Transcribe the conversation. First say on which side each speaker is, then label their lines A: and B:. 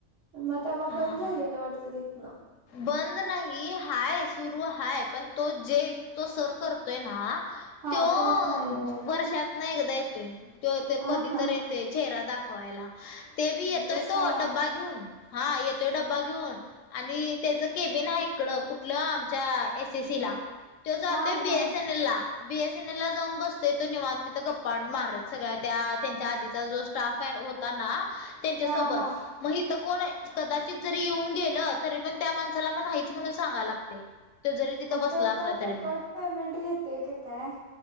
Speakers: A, on the right; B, on the left.
A: मग तेव्हा
B: हा
A: बंद झालेलं वाटतं तिथ.
B: बंद नाही हाय सुरू हाय पण तो जे तो सर कर''--'' य ना
A: हा
B: तो
A: नाही आहे का?
B: वर्षात नाही एकदा येतोय. ते ते
A: हा
B: कधी तर येते चेहरा दाखवायला. ते बी येतोय
A: तसा
B: तो
A: आहे
B: डब्बा घेऊन हा येतोय डब्बा घेऊन. आणि त्याच केबिन आहे इकडं कुठलं आमच्या एस एसी ला. ते जातोय
A: हा हा
B: बीएस एन एल ला बी एस. सेनेला जाऊन बसतोय तो निवाण तिथं गप्पा मारत सगळ्या त्या त्यांच्या आधीचा जो. स्टाफ हाय होता ना त्यांच्यासोबत
A: हा हा
B: मग इथं कोण हाय कदाचित जरी येऊन गेल. तरी पण त्या माणसाला मग नाहीच म्हणून सांगा लागते. तो जरी तिथं
A: मग
B: बसला
A: तो
B: असला
A: काय फूकट
B: तरी पण
A: पेमेंट घेते का काय.